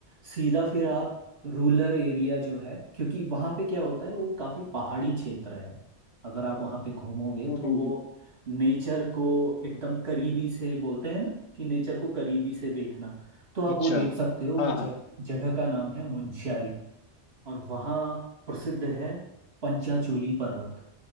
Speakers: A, on the right; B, on the left.
A: सीधा फिर आप रूरल एरिया जो है क्योंकि वहाँ पे क्या होता है वो काफ़ी पहाड़ी क्षेत्र है अगर आप वहाँ पे घूमोगे
B: हम्म
A: तो
B: हम्म,
A: वो
B: हम्म।
A: नेचर को एकदम करीबी से बोलते हैं ना कि नेचर को करीबी से देखना तो आप
B: अच्छा
A: वो देख सकते हो वो
B: हाँ
A: जग,
B: हाँ
A: जगह का नाम है मुंशियारी और वहाँ प्रसिद्ध है पंचाचूली पर्वत